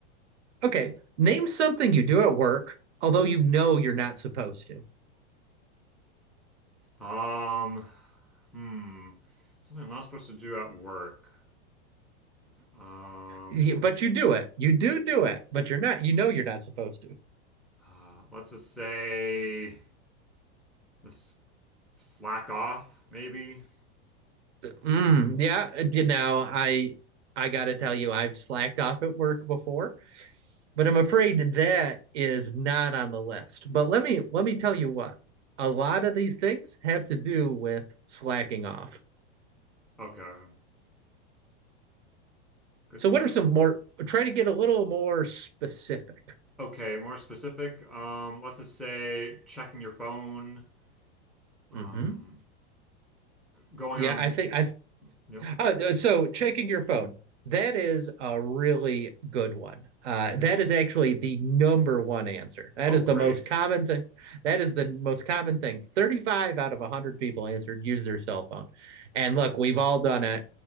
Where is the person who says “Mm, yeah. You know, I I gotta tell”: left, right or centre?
Right